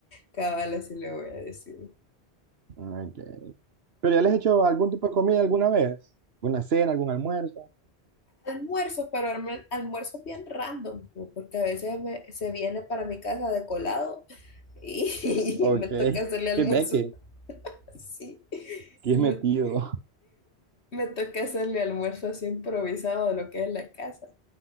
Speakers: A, on the left (about 75°); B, on the right (about 65°).
A: cabal, así le voy a decir.
B: Ok. ¿Pero ya les he hecho algún tipo de comida alguna vez? ¿Una cena, algún almuerzo?
A: Almuerzos, pero alm- almuerzos bien random, como porque a veces me- se viene para mi casa de colado y
B: Ok.
A: <laughs> me toca
B: <laughs>
A: hacerle almuerzo
B: ¿Qué ve?
A: así.
B: Qué
A: Me,
B: metido.
A: me toca hacerle almuerzo así improvisado de lo que es la casa.